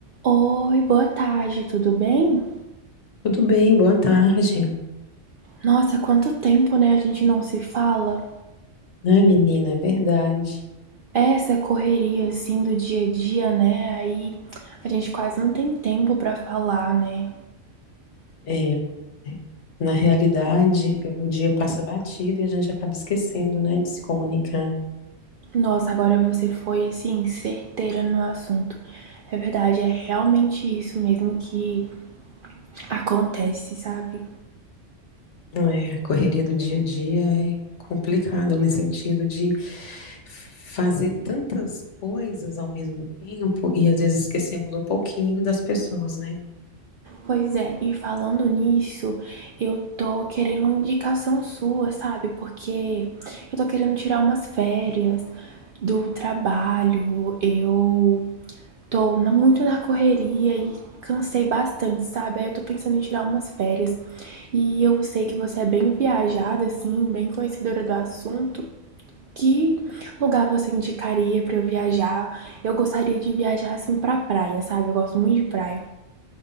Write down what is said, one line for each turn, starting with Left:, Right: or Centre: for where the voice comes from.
Right: Oi, boa tarde, tudo bem?
Left: Tudo bem, boa tarde,
Right: Nossa, quanto tempo, né? A gente não se fala.
Left: né, menina? É verdade.
Right: Essa correria assim do dia a dia, né? Aí a gente quase não tem tempo pra falar, né?
Left: É, é, na realidade, o dia passa batido e a gente acaba esquecendo, né, de se comunicar.
Right: Nossa, agora você foi assim certeira no assunto. É verdade, é realmente isso mesmo que acontece, sabe?
Left: É, a correria do dia a dia é complicado no sentido de fazer tantas coisas ao mesmo tempo e às vezes esquecemos um pouquinho das pessoas, né?
Right: Pois é, e falando nisso, eu tô querendo uma indicação sua, sabe? Porque eu tô querendo tirar umas férias do trabalho, eu tô na- muito na correria e cansei bastante, sabe? Aí eu tô pensando em tirar umas férias. E eu sei que você é bem viajada, assim, bem conhecedora do assunto. Que lugar você indicaria pra eu viajar? Eu gostaria de viajar assim pra praia, sabe? Eu gosto muito de praia.